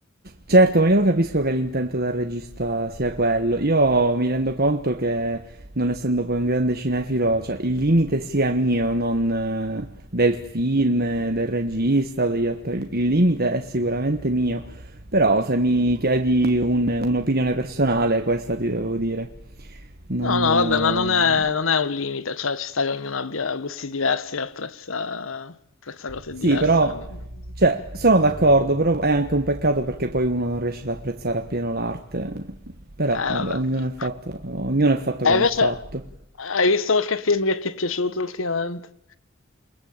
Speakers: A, on the right; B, on the left.
A: Certo, ma io lo capisco che l'intento del regista sia quello. Io mi rendo conto che, non essendo poi un grande cinefilo, cioè il limite sia mio, non eh, del film, eh, del regista, o degli attori. Il limite è sicuramente mio. Però se mi chiedi un- un'opinione personale, questa ti devo dire. Non...
B: No, no, vabbè, ma non
A: eh,
B: è, non è un limite, cioè ci sta che ognuno abbia gusti diversi e apprezza, apprezza cose
A: Sì,
B: diverse.
A: però,
B: Eh,
A: cioè, sono d'accordo, però è anche un peccato perché poi uno non riesce ad apprezzare appieno l'arte. Però,
B: vabbè.
A: vabbè, ognuno è fatto, ognuno è fatto come
B: E invece,
A: è fatto.
B: hai visto qualche film che ti è piaciuto ultimamente?